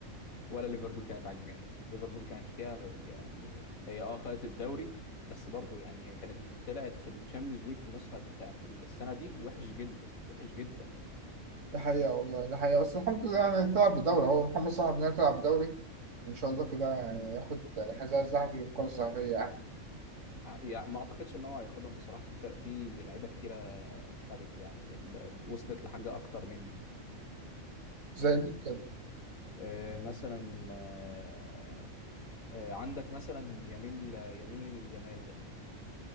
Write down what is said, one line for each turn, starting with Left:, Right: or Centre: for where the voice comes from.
Left: ولا ليفربول كانت عاجباني ليفربول كانت فيها يعني هي اه خدت الدوري بس برضو يعني هي كانت طلعت في الشامبيونز ليج في النسخه بتاعت السنه دي وحش جدا وحش جدا
Right: ده حقيقة والله ده حقيقة بس الحمد لله يعني تلعب بدوري أهو محمد صلاح بينا تلعب بدوري وإن شاء الله كده يعني ياخد الحذاء الذهبي والكرة الذهبية يعني
Left: ع- يعني ما اعتقدش ان هو هياخدهم بصراحه في فرق في لعيبه كتيره خدت يعني ال- وصلت لحاجه اكتر منه
Right: زي
Left: فاهم
Right: مين كده
Left: آه مثلا آه آه عندك مثلا يمين يمين يامال